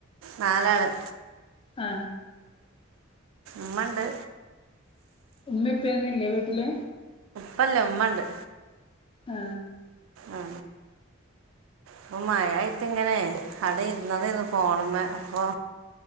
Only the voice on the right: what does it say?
നാലാള്
മ്മണ്ട്
പ്പല്ല ഉമ്മണ്ട്
ആ പ്പൊ മഴായിട്ട്ങ്ങനെ കട ഇരുന്നതെന്ന് ഫോൺമെ പ്പൊ